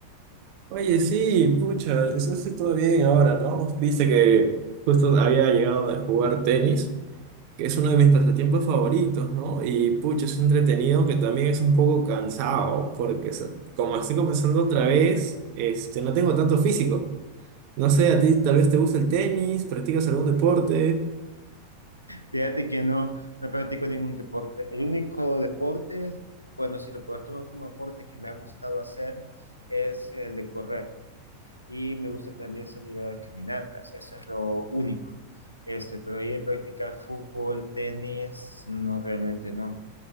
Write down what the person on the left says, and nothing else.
Fíjate que no, no practico ningún deporte. El único deporte, bueno, si lo puedes tomar como deporte que me ha gustado hacer, es el de correr. Y me gusta también salir a dar caminatas. Eso es lo único. Este, pero ahí de practicar fútbol, tenis, no, realmente no.